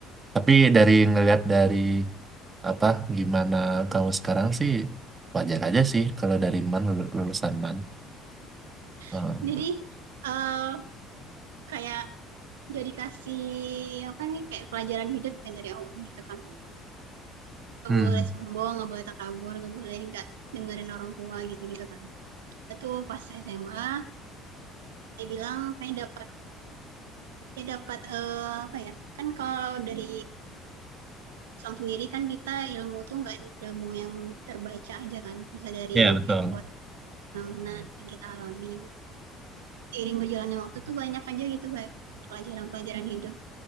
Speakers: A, on the right; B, on the right.
A: Tapi dari ngelihat dari apa gimana kamu sekarang sih wajar aja sih kalau dari man lulu- lulusan man. Oh.
B: <laughs> jadi eh kayak udah dikasih apa nih kayak pelajaran hidup kan dari Allah gitu kan nggak
A: Hmm.
B: boleh sombong nggak boleh takabur nggak boleh nggak dengerin orang tua gitu gitu kan itu pas SMA saya bilang saya dapat ya dapat eh, apa ya kan kalau dari Islam sendiri kan kita ilmu tuh nggak ilmu yang terbaca aja kan bisa dari
A: Iya betul.
B: kayak buat fenomena yang kita alami seiring berjalannya waktu tuh banyak aja gitu kayak pelajaran-pelajaran hidup